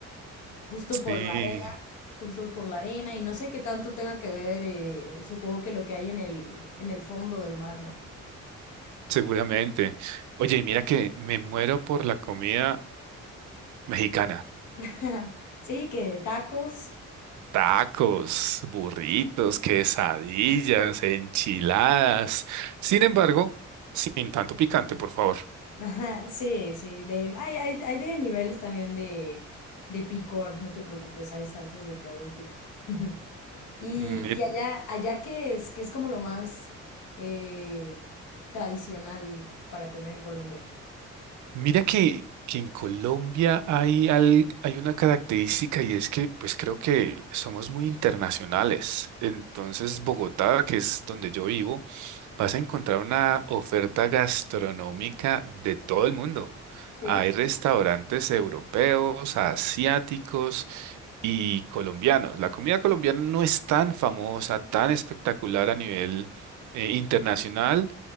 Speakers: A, on the left (about 75°); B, on the right (about 75°).
A: Justo
B: Sí,
A: por la arena, justo por la arena y no sé qué tanto tenga que ver, eh, supongo que lo que hay en el, en el fondo del mar, ¿no?
B: seguramente. Oye, mira que me muero por la comida mexicana.
A: <laughs> Sí, que tacos.
B: Tacos, burritos, quesadillas, enchiladas. Sin embargo, sin tanto picante, por favor.
A: <laughs> Ajá, sí, sí. De, hay, hay, hay de niveles también de, de picor, no te preocupes, hay salsas de todo el tipo. <laughs> Y,
B: Mira,
A: y allá, allá que es, que es como lo más eh, tradicional para comer en Colombia.
B: mira que, que en Colombia hay, al- hay una característica y es que pues creo que somos muy internacionales. Entonces, Bogotá, que es donde yo vivo, Vas a encontrar una oferta gastronómica de todo el mundo.
A: Sí.
B: Hay restaurantes europeos, asiáticos y colombianos. La comida colombiana no es tan famosa, tan espectacular a nivel eh, internacional,